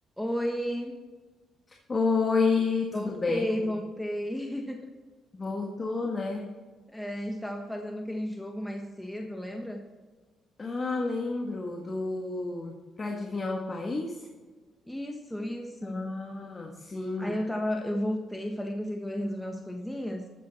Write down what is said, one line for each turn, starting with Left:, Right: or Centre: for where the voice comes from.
Centre: Oi,
Left: Oi,
Centre: voltei,
Left: tudo bem?
Centre: voltei. <laughs>
Left: Voltou, né?
Centre: A gente tava fazendo aquele jogo mais cedo, lembra?
Left: Ah, lembro do Para adivinhar o país?
Centre: Isso, isso.
Left: Ah, sim.
Centre: Aí eu tava, eu voltei, falei com você que eu ia resolver umas coisinhas.